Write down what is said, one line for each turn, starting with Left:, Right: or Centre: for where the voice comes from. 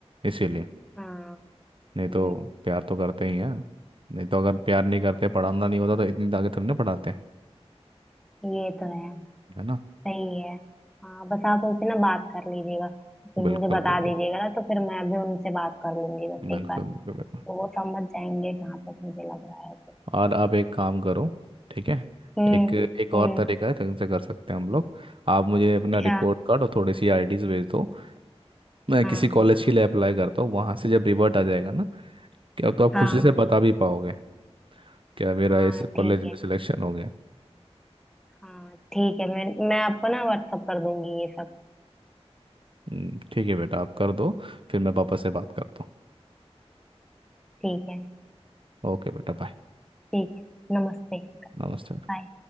Right: इसीलिए
Centre: हाँ
Right: नहीं तो
Centre: हम्म
Right: प्यार तो करते ही हैं नहीं तो अगर प्यार नहीं
Centre: हाँ
Right: करते पढ़ाना नहीं होता तो इतनी आगे तुमने पढ़ाते
Centre: ये तो है
Right: है ना
Centre: सही है हाँ बस आप उनसे ना बात कर लीजिएगा फिर
Right: बिल्कुल
Centre: मुझे बता
Right: बिल्कुल
Centre: दीजिएगा ना तो फिर मैं भी उनसे बात कर लूंगी बस
Right: बिल्कुल
Centre: एक बार तो
Right: बिल्कुल बिल्कुल।
Centre: वो समझ जाएंगे जहां तक मुझे लग रहा है तो
Right: और आप एक काम करो ठीक है
Centre: हम्म
Right: एक एक
Centre: हम्म
Right: और तरीका है जिनसे कर सकते हैं हम लोग आप मुझे अपना
Centre: क्या
Right: रिपोर्ट कार्ड और थोड़ी सी आईडीज भेज दो मैं
Centre: हाँ
Right: किसी कॉलेज के लिए अप्लाई करता हूँ वहाँ से जब रिवर्ट आ जाएगा ना क्या तो आप
Centre: हाँ
Right: खुशी से
Centre: हाँ
Right: बता भी पाओगे क्या मेरा
Centre: हाँ
Right: इस कॉलेज
Centre: ठीक
Right: में
Centre: है
Right: सिलेक्शन हो गया
Centre: हाँ ठीक है मैं मैं आपको ना व्हाट्सअप कर दूंगी ये सब
Right: हम्म, ठीक है बेटा आप कर दो फिर मैं पापा से बात करता
Centre: ठीक है
Right: हूँ ओके बेटा बाय
Centre: ठीक है नमस्ते
Right: नमस्ते
Centre: बाय